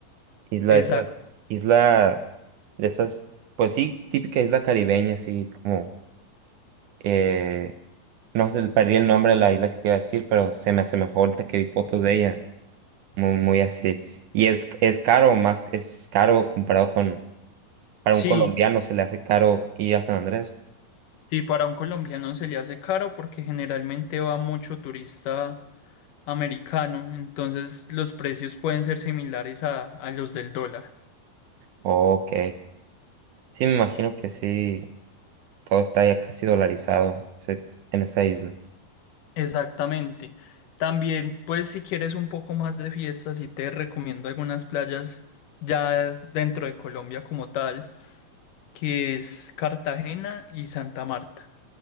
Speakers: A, on the right (about 70°); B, on the left (about 70°).
A: isla
B: Exacto.
A: de esas, isla de esas, pues sí, típica isla caribeña, así como, eh, no sé, perdí el nombre de la isla que te iba a decir, pero se me asemejó ahorita que vi fotos de ella, muy, muy así. Y es, es caro, más, es caro comparado con, para
B: Sí,
A: un colombiano se le hace caro ir a San Andrés.
B: sí, para un colombiano se le hace caro porque generalmente va mucho turista americano, entonces los precios pueden ser similares a, a los del dólar.
A: Ok. Sí, me imagino que sí, todo está ya casi dolarizado ese- en esa isla.
B: Exactamente. También, pues si quieres un poco más de fiesta, sí te recomiendo algunas playas ya dentro de Colombia como tal, que es Cartagena y Santa Marta.